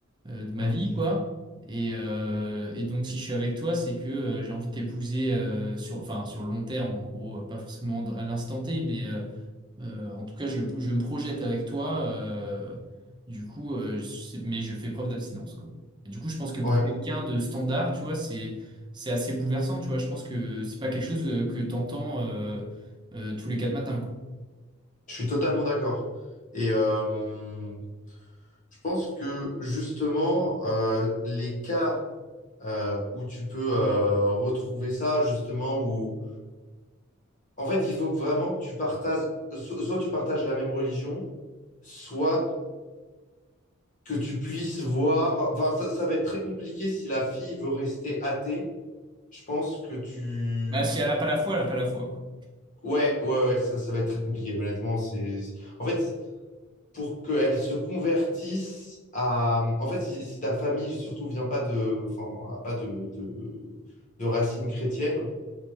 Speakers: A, on the right; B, on the left.
A: euh, de ma
B: Mm.
A: vie, quoi. Et, euh, et donc si je suis avec toi, c'est que euh, j'ai envie de t'épouser euh, sur, enfin, sur le long terme, en gros, pas forcément à l'instant T, mais euh, euh, en tout cas, je, je me projette avec toi. euh, du coup, euh, je sais- mais je fais preuve d'abstinence, quoi. Et du coup, je pense que pour
B: Ouais,
A: quelqu'un de standard, tu vois, c'est c'est assez bouleversant, tu vois. Je pense que c'est pas quelque chose euh, que t'entends euh, euh, tous les quatre matins, quoi.
B: je suis totalement d'accord. Et euh, je pense que justement, euh, les cas euh, où tu peux euh, retrouver ça, justement, où. En fait, il faut que vraiment que tu partages, so- soit tu partages la même religion soit que tu puisses voir. Enfin, ça, ça va être très compliqué si la fille veut rester athée. Je pense que tu.
A: Bah, si elle a pas la foi, elle a pas la foi, quoi.
B: Ouais, ouais, ouais, ça, ça va être très compliqué, honnêtement. C'est... En fait, pour qu'elle se convertisse à. En fait, si, si ta famille, surtout, vient pas de. Enfin, a pas de, de, de racines chrétiennes,